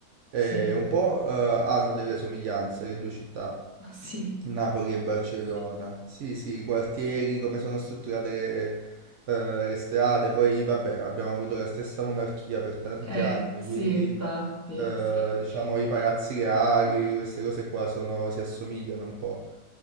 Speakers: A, on the right; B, on the left.
A: e
B: Sì,
A: un po' eh, hanno delle somiglianze le due città,
B: <laughs> sì.
A: Napoli e Barcellona. Sì, sì, i quartieri, come sono strutturate le, eh, le strade, poi vabbè, abbiamo avuto la stessa monarchia per tanti
B: Eh,
A: anni,
B: sì,
A: quindi
B: infatti.
A: Sì. eh, diciamo i palazzi reali, queste cose qua sono- si assomigliano un po'.